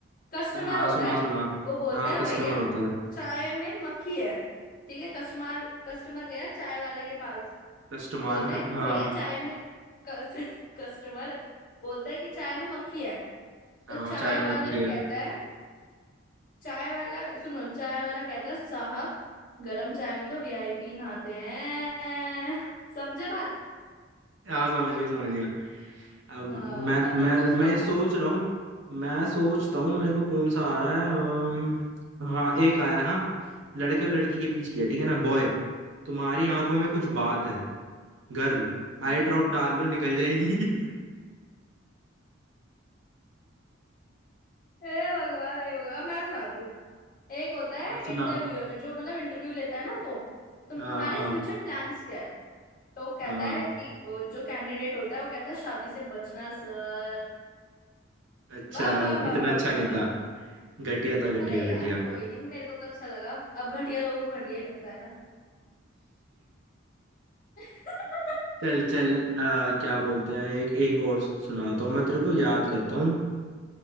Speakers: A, on the left; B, on the right.
A: कस्टमर
B: हाँ
A: होता
B: सुना
A: है
B: सुना
A: वो बोलता
B: हाँ
A: है
B: कस्टमर
A: भैया
B: होता है
A: चाय में मक्खी है ठीक है कस्टमर कस्टमर गया चाय वाले के पास
B: कस्टमर
A: बोलता है कि
B: हाँ
A: भैया चाय में कस्ट, <laughs> कस्टमर बोलता है कि चाय में मक्खी है तो
B: हाँ
A: चाय
B: वो चाय में
A: वाला
B: मक्खी
A: कहता
B: है
A: है चाय वाला सुनो चाय वाला कहता है साहब गरम चाय में तो वीआईपी नहाते हैं समझे बात
B: हाँ समझ गया समझ गया अब
A: हाँ
B: मैं
A: अब तुम
B: मैं
A: कोई सुनाओ
B: मैं ये सोच रहा हूँ मैं सोचता हूँ मेरे को कौन सा आ रहा है अम, हाँ एक आया है, हाँ लड़के और लड़की के बीच की है ठीक है ना बॉय तुम्हारी आंखों में कुछ
A: हम्म
B: बात है गर्ल
A: हम्म
B: आई ड्रॉप डाल लो निकल जाएगी <laughs>
A: हे भगवान हे भगवान अब मैं सुनाती हूँ एक होता है
B: आप सुना
A: इंटरव्यूअर जो मतलब इंटरव्यू लेता है ना वो तुम्हारे
B: हाँ हाँ
A: फ्यूचर प्लान्स क्या है तो कहता
B: हाँ
A: है कि वो जो कैंडिडेट होता है वो कहता है शादी से बचना सर
B: अच्छा
A: वाह वाह वाह
B: इतना
A: वाह
B: अच्छा
A: वाह
B: नहीं था घटिया था
A: अरे
B: घटिया
A: यार
B: घटिया
A: कोई नहीं मेरे को तो अच्छा लगा अब घटिया लोगों को घटिया ही लगता है ना <laughs>
B: चल चल आ, क्या बोलते हैं एक एक और सुनाता हूँ मैं तेरे को याद करता हूँ